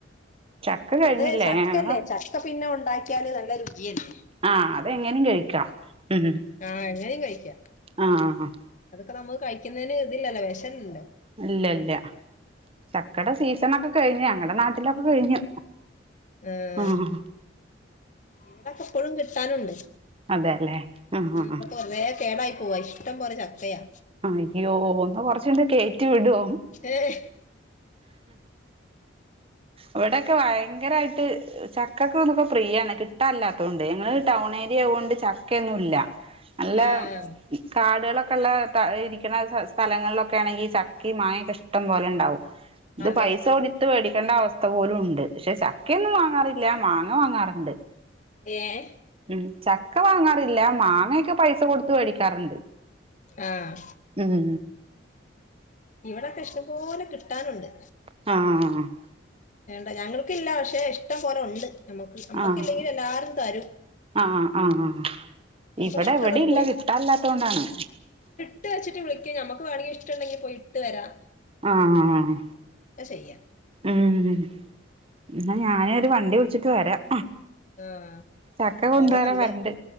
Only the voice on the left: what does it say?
അത് ചക്കല്ലേ
ചക്ക പിന്നെ ഉണ്ടാക്കിയാല് നല്ല രുചിയല്ലേ
ആഹ് എങ്ങനെയും കഴിക്കാം
അതൊക്കെ നമ്മുക്ക് കഴിക്കുന്നതിന് ഇതില്ലല്ലോ വെഷമില്ലല്ലോ
ഏഹ്
ഇവിടൊക്കെ ഇപ്പോഴും കിട്ടാനുണ്ട്
ഉം
ഇപ്പം കൊറേ കേടായി പോവാ ഇഷ്ടം പോലെ ചക്കയാ
ഏഹ്
ആഹ്
അതെ
ഏഹ്
ആഹ്
ഇവിടൊക്കെ ഇഷ്ടംപോലെ കിട്ടാനുണ്ട്
വേണ്ട ഞങ്ങൾക്കില്ല പക്ഷെ ഇഷ്ടം പോലെ ഉണ്ട് ഞമ്മക്ക് നമ്മുക്കില്ലെങ്കിലും
എല്ലാരും തരും
നമുക്ക്
ഇഷ്ടമുള്ളത്
ഇട്ടു വെച്ചിട്ട് വിളിക്ക്‌ ഞമക്ക്‌ വേണെങ്കിൽ ഇഷ്ടമുണ്ടെങ്കിൽ പോയിട്ട് വരാം
അത് ശെരിയാ
ആഹ്
അതാ നല്ലേ